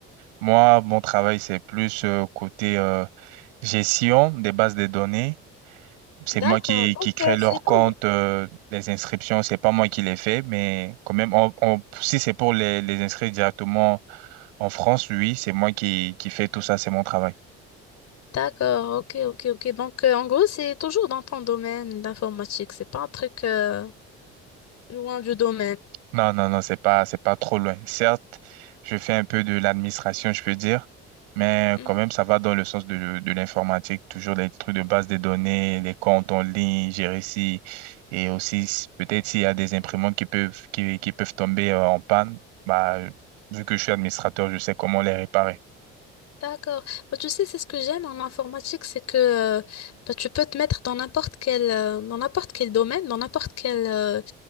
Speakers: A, on the right (about 85°); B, on the left (about 55°).
A: Moi, mon travail, c'est plus euh, côté euh, gestion des bases de données C'est
B: D'accord,
A: moi qui,
B: donc
A: qui crée
B: euh,
A: leur
B: c'est ton...
A: compte,
B: do-
A: euh, les inscriptions, c'est pas moi qui les fais, mais quand même, on, on- si c'est pour les, les inscrire directement en France, oui, c'est moi qui, qui fais tout ça, c'est mon travail.
B: D'accord, ok, ok, ok. Donc, euh, en gros, c'est toujours dans ton domaine d'informatique. C'est pas un truc euh, loin du domaine.
A: Non, non, non, c'est pas, c'est pas trop loin. Certes, je fais un peu de l'administration, je peux dire, mais
B: Mhm.
A: quand même, ça va dans le sens de, de l'informatique, toujours les trucs de base des données, les comptes en ligne, gérer si, et aussi, s- peut-être s'il y a des imprimantes qui peuvent, qui, qui peuvent tomber euh, en panne, bah, vu que je suis administrateur, je sais comment les réparer.
B: D'accord. Bah, tu sais, c'est ce que j'aime en informatique, c'est que euh, bah, tu peux te mettre dans n'importe quel, euh, dans n'importe quel domaine, dans n'importe quel, euh,